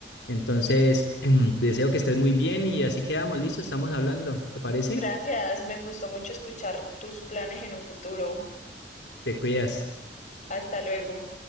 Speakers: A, on the left (about 85°); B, on the left (about 45°).
A: entonces <clears throat> deseo que estés muy bien y así quedamos, listo, estamos hablando, ¿te parece?
B: Gracias, me gustó mucho escuchar tus planes en un futuro.
A: Te cuidas.
B: Hasta luego.